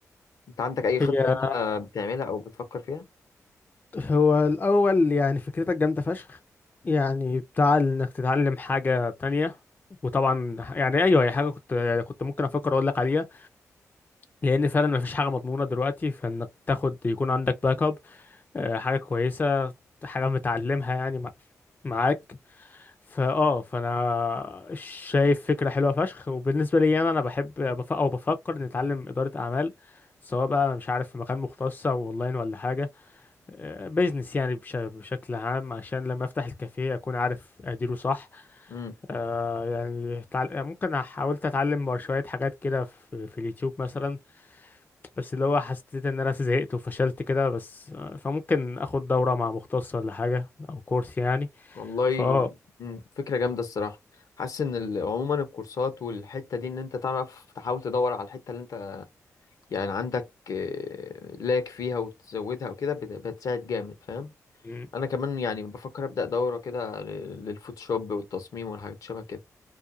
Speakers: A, on the left; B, on the left.
A: انت عندك اي
B: هي
A: خطة هنا بتعملها او بتفكر فيها
B: هو الأول يعني فكرتك جامدة فشخ يعني بتاع إنك تتعلم حاجة تانية وطبعا يعني أيوه هي حاجة كنت كنت ممكن أفكر أقول لك عليها لأن فعلا مفيش حاجة مضمونة دلوقتي فإنك تاخد يكون عندك باك أب آه، حاجة كويسة حاجة متعلمها يعني مع- معاك فأه فأنا شايف فكرة حلوة فشخ وبالنسبة لي أنا أنا بحب بف- أو بفكر إني أتعلم إدارة أعمال سواء بقى أنا مش عارف في مكان مختص أو أونلاين ولا حاجة بيزنس يعني بش- بشكل عام عشان لما افتح الكافيه اكون عارف اديره صح
A: امم
B: آه يعني تعل- ممكن حاولت اتعلم شوية حاجات كده في, في اليوتيوب مثلا بس اللي هو حسيت ان انا زهقت وفشلت كده بس آه، فممكن اخد دورة مع مختص ولا حاجة او كورس يعني
A: والله
B: فاه
A: امم فكرة جامدة الصراحة حاسس ان ال- عموما الكورسات والحتة دي ان انت تعرف تحاول تدور على الحتة اللي انت يعني عندك آه، لاك فيها وتزودها وكده بت- بتساعد جامد فاهم
B: م-
A: انا كمان يعني بفكر ابدأ دورة كده لل- للفوتوشوب والتصميم والحاجات شبه كده